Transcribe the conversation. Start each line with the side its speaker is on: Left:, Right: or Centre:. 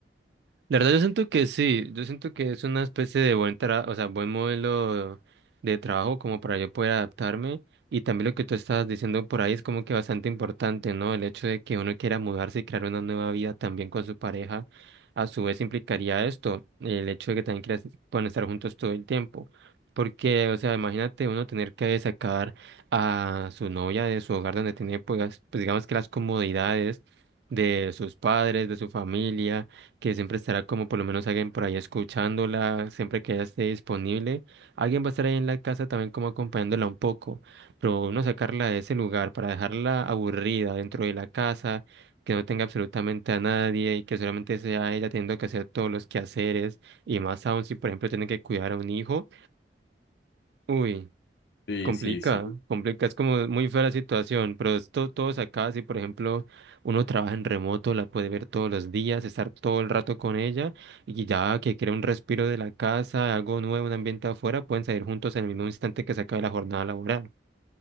Right: La verdad yo siento que sí, yo siento que es una especie de buen tra- o sea, buen modelo de trabajo como para yo poder adaptarme y también lo que tú estabas diciendo por ahí es como que bastante importante, ¿no? El hecho de que uno quiera mudarse y crear una nueva vida también con su pareja, a su vez implicaría esto, el hecho de que también quieras, puedan estar juntos todo el tiempo. Porque, o sea, imagínate uno tener que sacar a su novia de su hogar donde tiene, pues, pues digamos que las comodidades de sus padres, de su familia que siempre estará como por lo menos alguien por ahí escuchándola, siempre que ella esté disponible. Alguien va a estar ahí en la casa también como acompañándola un poco, pero no sacarla de ese lugar para dejarla aburrida dentro de la casa, que no tenga absolutamente a nadie y que solamente sea ella teniendo que hacer todos los quehaceres y más aún si por ejemplo tiene que cuidar a un hijo. Uy.
Left: Sí,
Right: Complica,
Left: sí, sí.
Right: complica, es como muy fea la situación, pero esto todos acá, si por ejemplo uno trabaja en remoto, la puede ver todos los días, estar todo el rato con ella y ya que quiere un respiro de la casa, algo nuevo, un ambiente afuera, pueden salir juntos en el mismo instante que se acabe la jornada laboral.